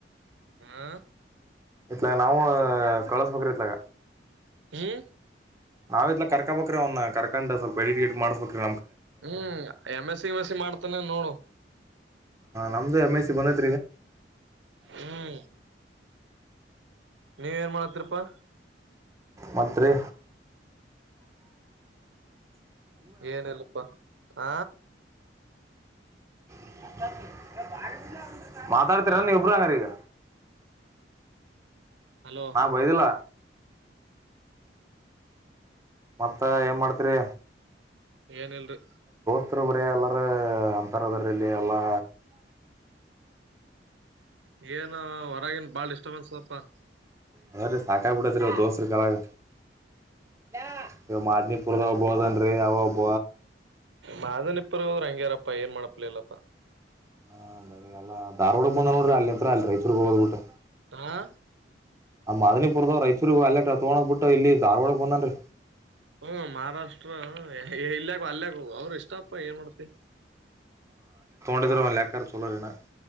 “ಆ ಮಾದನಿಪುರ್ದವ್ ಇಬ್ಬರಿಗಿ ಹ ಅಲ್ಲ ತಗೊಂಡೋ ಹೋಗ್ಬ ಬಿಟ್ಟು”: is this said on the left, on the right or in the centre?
Right